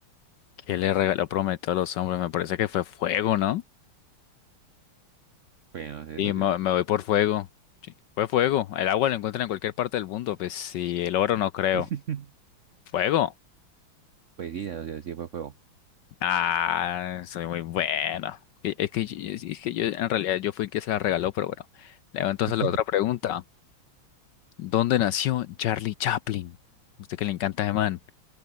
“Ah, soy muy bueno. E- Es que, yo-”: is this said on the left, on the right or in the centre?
Left